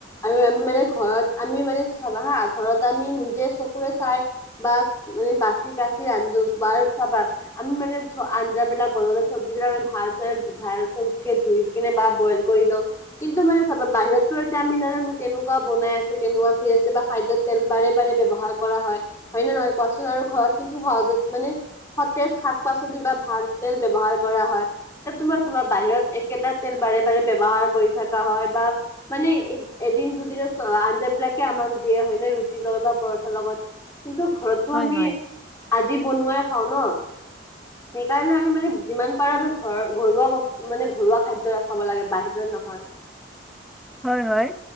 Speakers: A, on the left; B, in the centre.
A: আৰু আমি মানে ঘৰত আমি মানে চাবা হা, ঘৰত আমি নিজে চকুৰে চাই বা মানে বাচি কাচি ৰান্ধো বা চাবা, আমি মানে চোৱা আঞ্জাবিলাক বনাওঁতে চব্জিবিলাক আমি ভালচে ভালকৈ ধুই কিনে। বইল কৰি লওঁ, কিন্তু মানে চাবা, বাহিৰততো এতিয়া আমি নাজানো কেনেকুৱা বনাই আছে কেনেকুৱা শুই আছে বা খাদ্যত তেল বাৰে-বাৰে ব্যৱহাৰ কৰা হয়, হয় নে নহয় কোৱাচোন আৰু ঘৰত কিন্তু সহজত মানে সতেজ শাক-পাচলি বা ভাল তেল ব্যৱহাৰ কৰা হয়, এই তোমাৰ চাবা, বাহিৰত একেটা তেল। বাৰে বাৰে ব্যৱহাৰ কৰি থকা হয় বা মানে এদিন দুদিনৰ চ আঞ্জা বিলাক আমাক দিয়া হয় নে ৰুটিৰ লগত বা পৰঠা লগত কিন্তু ঘৰতো
B: হয়
A: আমি
B: হয়
A: আজি বনোৱাই খাওঁ ন সেইকাৰণে আমি মানে যিমান পাৰো আমি ঘৰ ঘৰুৱা বস্তু মানে ঘৰুৱা খাদ্যয় খাব লাগে বাহিৰত নহয়। হয়।
B: হয় হয়